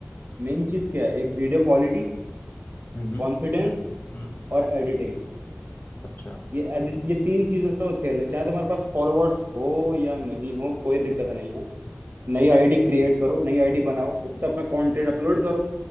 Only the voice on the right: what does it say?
मेन चीज क्या है एक वीडियो क्वालिटी
कॉन्फिडेंस
और एडिटिंग
ये edit- ये तीन चीजों का खेल है चाहे तुम्हारे पास फॉलोवर्स हो या नहीं हो कोई दिक्कत नहीं है नई आईडी क्रिएट करो नई आईडी बनाओ उस पर अपना कंटेंट अपलोड करो